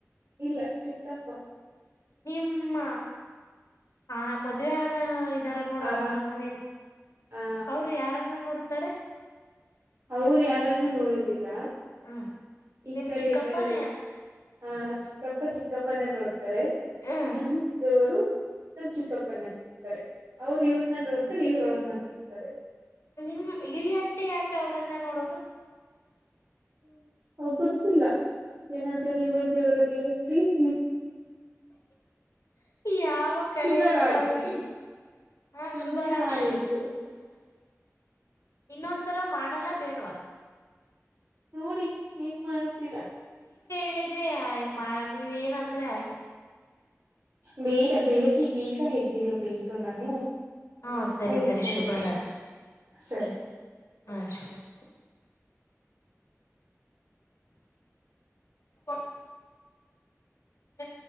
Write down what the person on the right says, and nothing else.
ಇಲ್ಲ ಚಿಕ್ಕಮ್ಮ
ಆ
ಆ
ಅವರು ಯಾರನ್ನುೂ ನೋಡೋುದಿಲ್ಲ
ಈ
ಕಡೆ
ಇದ್ದಾರೆಲ್ಲ ಹ ಚಿಕ್ಕಪ್ಪ ಚಿಕ್ಕಮ್ಮನ ನೋಡ್ತಿ
ಇಲ್ಲಿ ಕೆರು ನಮ್ಮ ಚಿಕ್ಕಪ್ಪನ ನೋಡ್ತಾರೆ ಅವ್ರ ಇವ್ರನ್ನ ನೋಡ್ತಾರೆ ಇವ್ರ ಅವ್ರನ್ನ ನೋಡ್ತಾರೆ
ಹ ಗೊತ್ತಿಲ್ಲ ಏನಾದರೂ ಇವರ್ಗೆ ಅವರ ಮೇಲೆ ಪ್ರೀತ
ಶುಭರಾತ್ರಿ
ಸಮಯ
ಆಯಿತು
ನೋಡಿ ಏನ್ ಮಾಡತೀರಾ
ಬೇಡ ಬೆಳಿಗ್ಗೆ ಬೀಗ ಹೆದ್ದಳು ಬೇಕು ನಾನು
ಮಲ್ಕೊಳ್ಳುತ್ತೇನೆ
ಸರಿ